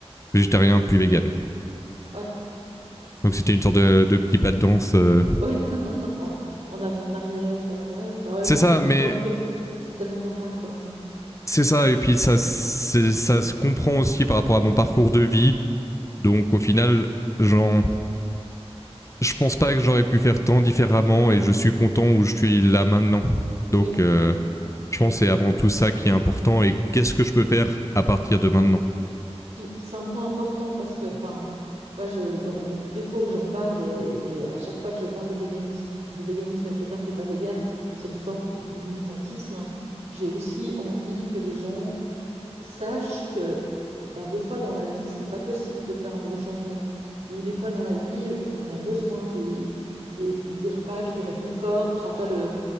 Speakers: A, on the left; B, on the right.
A: végétarien, puis vegan.
B: ouais,
A: Donc c'était une sorte de, de petit pas de danse. euh.
B: ouais. <laughs> En avant, en arrière. euh, ouais. Bah ouais,
A: C'est
B: comme
A: ça,
B: beaucoup,
A: mais
B: hein, que- c'est tellement normal, quoi. hein.
A: c'est ça. Et puis ça, ça se comprend aussi par rapport à mon parcours de vie. Donc au final, j'en, je pense pas que j'aurais pu faire tant différemment et je suis content où je suis là maintenant. Donc
B: Oui.
A: euh, je pense que c'est avant tout ça qui est important et qu'est-ce que je peux faire à partir de maintenant.
B: Puis c'est un point important parce que, enfin, moi, je, dans, dans toutes les fois où j'en parle et, et à chaque fois que je parle de véganisme, de véganisme avec quelqu'un qui n'est pas végane, c'est une forme de militantisme. J'ai aussi envie que les gens sachent que bah, des fois dans la vie, c'est pas possible de faire un gros changement. Ou des fois dans la vie, on a besoin des, des, des repas qui réconfortent. Enfin, toi, le,